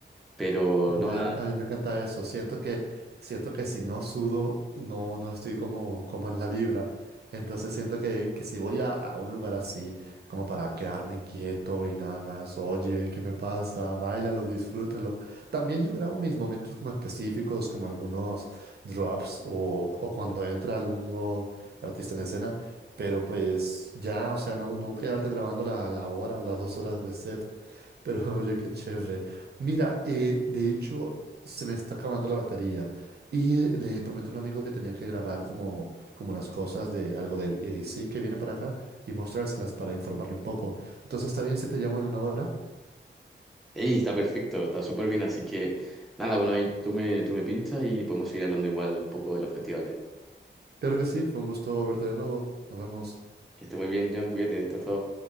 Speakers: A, in the centre; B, on the right (about 55°).
A: Pero
B: Uy,
A: no, nada,
B: a, a mí me encanta eso. Siento que, siento que si no sudo, no, no estoy como, como en la vibra. Entonces siento que, que si voy a, a un lugar así, como para quedarme quieto y nada más, oye, ¿qué me pasa? Báilalo, disfrútalo. También yo grabo mis momentos como específicos, como algunos drops o, o cuando entra algún nuevo artista en escena. Pero pues ya, o sea, no, no quedarte grabando la, la hora o las dos horas de set. Pero <laughs> oye, qué chévere. Mira, eh, de hecho, se me está acabando la batería y eh, le prometí a un amigo que tenía que grabar como, como unas cosas de algo del EDC que viene para acá y mostrárselas para informarle un poco. Entonces, ¿está bien si te llamo en una hora?
A: ey, está perfecto, está súper bien, así que nada, bueno, ahí tú me, tú me pinchas y podemos seguir hablando igual un poco de los festivales.
B: Claro que sí, fue un gusto verte de nuevo. Nos vemos.
A: Que esté muy bien, John, cuídate, está todo.